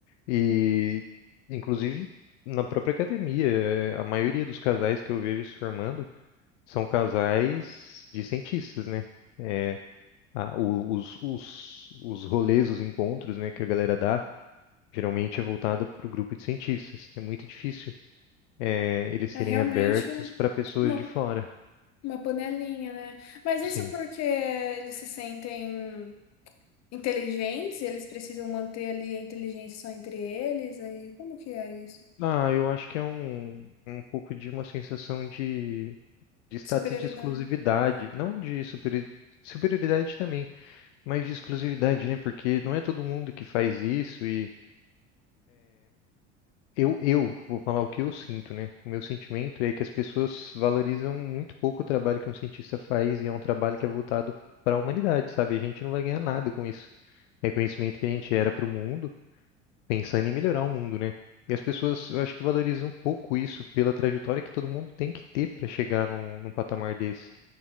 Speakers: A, on the left (about 80°); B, on the left (about 50°).
A: E, inclusive, na própria academia, eh, a maioria dos casais que eu vejo se formando são casais de cientistas, né? É, a- o- os, os, os rolês, os encontros, né, que a galera dá, geralmente é voltada para o grupo de cientistas. É muito difícil, eh, eles serem
B: É realmente
A: abertos para pessoas
B: uma,
A: de fora.
B: uma panelinha, né? Mas
A: Sim.
B: isso porque eles se sentem inteligentes, e eles precisam manter ali a inteligência só entre eles, aí como que é isso?
A: Ah, eu acho que é um, um pouco de uma sensação de, de status
B: Superioridade.
A: de exclusividade,
B: Ah,
A: não de superi superioridade também mais de exclusividade, né? Porque não é todo mundo que faz isso e eu, eu vou falar o que eu sinto, né? O meu sentimento é que as pessoas valorizam muito pouco o trabalho que um cientista faz e é um trabalho que é voltado para a humanidade, sabe? A gente não vai ganhar nada com isso. É conhecimento que a gente era para o mundo, pensando em melhorar o mundo, né? E as pessoas, eu acho que valorizam um pouco isso pela trajetória que todo mundo tem que ter para chegar num, num patamar desse.